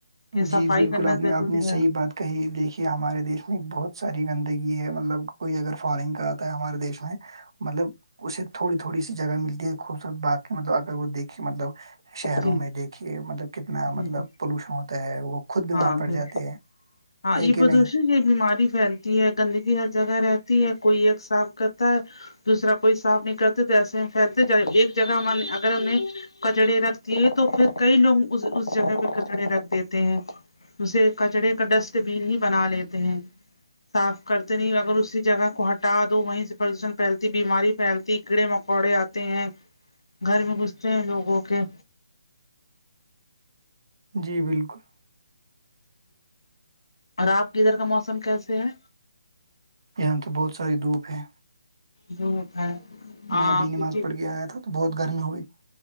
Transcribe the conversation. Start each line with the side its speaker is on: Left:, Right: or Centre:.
Left: کہ
Right: جی
Left: صفائی
Right: بالکل
Left: کرنا
Right: آپ
Left: ضروری
Right: نے آپ نے صحیح
Left: ہے
Right: بات کہی دیکھیے ہمارے دیش میں بہت ساری گندگی ہے مطلب کوئی اگر فارن کا ہمارے دیش میں مطلب اسے تھوڑی تھوڑی سی جگہ ملتی ہے خوبصورت باقی مطلب اگر وہ دیکھے مطلب شہروں
Left: جی
Right: میں دیکھیے مطلب کتنا
Left: جی
Right: مطلب
Left: جی
Right: پولوشن ہوتا ہے وہ خود بیمار
Left: ہاں
Right: پڑ
Left: بالکل
Right: جاتے ہیں
Left: ہاں
Right: ہے
Left: یہ
Right: کہ
Left: پردوشن
Right: نہیں
Left: یہ بیماری پھیل کی گندگی ہر جگہ رہتی ہے کوئی ایک صاف کرتا ہے دوسرا کوئی صاف نہیں کرتے تو ایسے پھیلتے ایک جگہ ہم اگر ہم نے کچڑے رکھ دیے تو پھر کئی لوگ اس جگہ پہ کچڑے رکھ دیتے ہیں اسے کچرے کا ڈسٹ بین ہی بنا لیتے ہیں صاف کرتے نہیں اگر اسی جگہ کو ہٹا دو وہیں سے پردوشن پھیلتی بیماری پھیلتی کیڑے مکوڑے آتے ہیں گھر میں گھستے ہیں لوگوں کے
Right: جی بالکل
Left: اور آپ کے ادھر کا موسم کیسے ہے
Right: یہاں تو بہت ساری دھوپ ہے
Left: دھوپ ہے ہاں
Right: میں ابھی
Left: کیونکہ
Right: نماز پڑھ کے آیا تھا تو بہت گرمی ہوئی